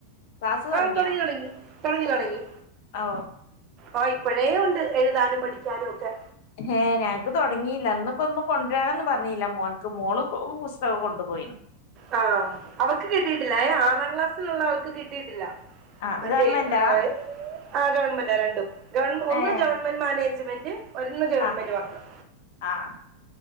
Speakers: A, on the left (about 50°); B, on the right (about 35°).
A: ക്ലാസ് തൊടങ്ങിയോ
B: ആഹ് തുടങ്ങി തുടങ്ങി തുടങ്ങി തുടങ്ങി.
A: ഓ
B: ഓഹ് ഇപ്പഴേ ഉണ്ട് എഴുതാനും പഠിക്കാനും ഒക്കെ.
A: ഹേ, ഞങ്ങക്ക് തുടങ്ങിയില്ല. ഇന്ന് ഇപ്പോ ഒന്നും കൊണ്ടുവരാനൊന്നും പറഞ്ഞീല്ല മോൻക്ക്. മോള് പുസ്തകം കൊണ്ടുപോയി.
B: ആഹ് അവക്ക് കിട്ടിയിട്ടില്ല ഏഹ്. ആറാം ക്ലാസ്സിലുള്ള അവക്ക് കിട്ടിയിട്ടില്ല.
A: ആഹ്
B: മറ്റേ
A: ഗവൺമെന്റാ
B: ഈഹ് ആഹ് ഗവൺമെന്റാ രണ്ടും. ഗവൺ ഒന്ന്
A: ഏഹ്
B: ഗവൺമെന്റ് മാനേജ്മെന്റ് ഒന്ന് ഗവൺമെന്റ്
A: ആഹ്
B: മാത്രം.
A: ആഹ്